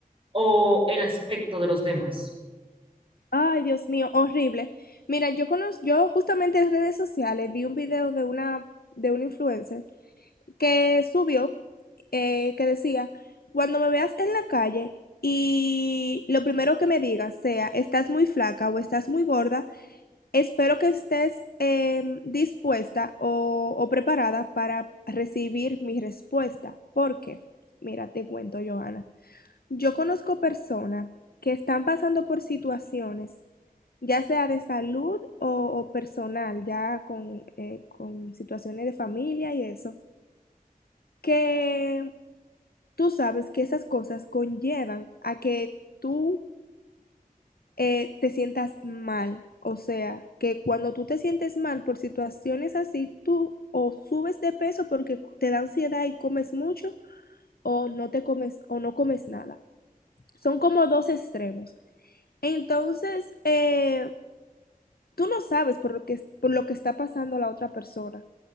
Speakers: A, on the right (about 35°); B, on the left (about 85°).
A: o el aspecto de los demás?
B: Ay, Dios mío, horrible. Mira, yo conozco, yo justamente en redes sociales vi un video de una, de un influencer que subió, eh, que decía, cuando me veas en la calle y lo primero que me digas sea, estás muy flaca o estás muy gorda, espero que estés eh, dispuesta o, o preparada para recibir mi respuesta. ¿Por qué? Mira, te cuento, Joana. Yo conozco personas que están pasando por situaciones, ya sea de salud o, o personal, ya con, eh, con situaciones de familia y eso, que tú sabes que esas cosas conllevan a que tú eh, te sientas mal. O sea, que cuando tú te sientes mal por situaciones así, tú o subes de peso porque te da ansiedad y comes mucho, o no te comes, o no comes nada. Son como dos extremos. Entonces, eh, tú no sabes por lo que, por lo que está pasando la otra persona.